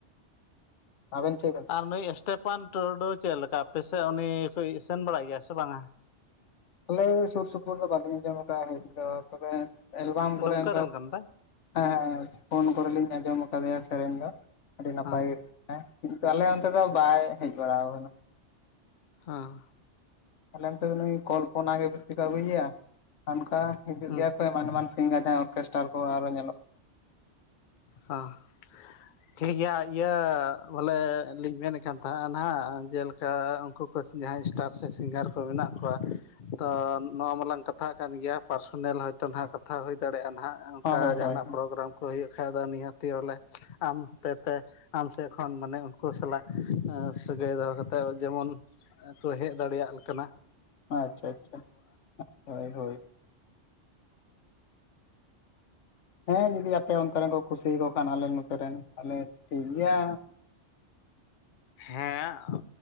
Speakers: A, on the left; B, on the left.
A: ᱟᱵᱮᱱ ᱪᱮᱫ <unintelligible> ᱵᱮᱱ
B: ᱟᱨ ᱱᱩᱭ ᱥᱴᱮᱯᱷᱟᱱ ᱴᱩᱰᱩ ᱪᱮᱫ ᱞᱮᱠᱟᱯᱮᱥᱮᱫ ᱩᱱᱤ ᱠᱚ ᱥᱮᱱ ᱵᱟᱲᱟᱭ ᱜᱮᱭᱟ ᱥᱮ ᱵᱟᱝᱟ
A: ᱟᱞᱮ ᱥᱩᱨ ᱥᱩᱯᱩᱨ ᱫᱚ ᱵᱟᱹᱞᱤᱧ ᱟᱸᱡᱚᱢ ᱟᱠᱟᱫᱼᱟ ᱦᱳᱭ ᱛᱚ ᱛᱚᱵᱮ ᱮᱞᱵᱟᱢ ᱠᱚᱨᱮ
B: ᱫᱩᱢᱠᱟ
A: ᱚᱱᱠᱟ
B: ᱨᱮᱱ ᱠᱟᱱ ᱛᱟᱭ
A: ᱦᱮᱸ ᱦᱮᱸ ᱯᱷᱳᱱ ᱠᱚᱨᱮ ᱞᱤᱧ ᱟᱸᱡᱚᱢ ᱟᱠᱟᱫᱮᱭᱟ ᱥᱮᱨᱮᱧ ᱫᱚ ᱟᱹᱰᱤ ᱱᱟᱯᱟᱭ
B: ᱦᱮᱸ
A: ᱜᱮ ᱦᱮᱸ ᱠᱤᱱᱛᱩ ᱟᱞᱮ ᱚᱱᱛᱮ ᱫᱚ ᱵᱟᱭ ᱦᱮᱡ ᱵᱟᱲᱟ ᱟᱠᱟᱱᱟ
B: ᱦᱮᱸ
A: ᱟᱞᱮ ᱱᱚᱛᱮ ᱫᱚ ᱱᱩᱭ ᱠᱚᱞᱯᱚᱱᱟ ᱜᱮ ᱵᱮᱥᱤ ᱠᱚ ᱟᱹᱜᱩᱭᱮᱭᱟ ᱚᱱᱠᱟ ᱦᱤᱡᱩᱜ
B: ᱦᱮᱸ
A: ᱜᱮᱭᱟ ᱠᱚ <unintelligible> ᱚᱨᱠᱮᱥᱴᱟᱨ ᱠᱚ ᱟᱨᱚ ᱧᱮᱞᱚᱜᱼᱟ
B: ᱦᱟᱸ
A: <inaudible>
B: ᱴᱷᱤᱠ ᱜᱮᱭᱟ ᱤᱭᱟᱹ ᱵᱚᱞᱮ ᱞᱤᱧ ᱢᱮᱱᱮᱫ ᱠᱟᱱ ᱛᱟᱦᱮᱱᱟ ᱱᱟᱦᱟᱸᱜ ᱡᱮᱞᱮᱠᱟ ᱩᱱᱠᱩ ᱠᱚ ᱡᱟᱦᱟᱸᱭ ᱥᱴᱟᱨ ᱥᱮ ᱥᱤᱝᱜᱟᱨ ᱠᱚ ᱢᱮᱱᱟᱜ ᱠᱚᱣᱟ ᱛᱚ ᱱᱚᱣᱟ ᱢᱟᱞᱟᱝ ᱠᱟᱛᱷᱟ ᱠᱟᱱ ᱜᱮᱭᱟ ᱯᱟᱨᱥᱳᱱᱟᱞ ᱦᱚᱭᱛᱳ ᱱᱟᱦᱟᱸᱜ ᱠᱟᱛᱷᱟ ᱦᱩᱭ ᱫᱟᱲᱮᱭᱟᱜᱼᱟ ᱱᱟᱦᱟᱸᱜ ᱚᱱᱠᱟ
A: ᱦᱳᱭ ᱦᱳᱭ
B: ᱡᱟᱦᱟᱱᱟᱜ ᱯᱨᱳᱜᱨᱟᱢ ᱠᱚ ᱦᱩᱭᱩᱜ ᱠᱷᱟᱡ ᱫᱚ ᱱᱤᱦᱟᱹᱛᱤᱞᱮ ᱟᱢ ᱦᱚᱛᱮᱛᱮ ᱟᱢ ᱥᱮᱫ ᱠᱷᱚᱱ ᱢᱟᱱᱮ ᱩᱱᱠᱩ ᱥᱟᱞᱟᱜ ᱥᱟᱹᱜᱟᱹᱭ ᱫᱚᱦᱚ ᱠᱟᱛᱮᱫ ᱡᱮᱢᱚᱱ ᱠᱚ ᱦᱮᱡ ᱫᱟᱲᱮᱭᱟᱜ ᱠᱟᱱᱟ
A: ᱟᱪᱪᱷᱟ ᱟᱪᱪᱷᱟ ᱦᱳᱭ ᱦᱳᱭ ᱦᱮᱸ ᱡᱩᱫᱤ ᱟᱯᱮ ᱚᱱᱛᱮ ᱨᱮᱱ ᱠᱚ ᱠᱩᱥᱤᱭᱟᱠᱚ ᱠᱷᱟᱱ ᱟᱞᱮ ᱱᱚᱛᱮ ᱨᱮᱱ ᱛᱟᱦᱚᱞᱮ ᱴᱷᱤᱠ ᱜᱮᱭᱟ
B: ᱦᱮᱸ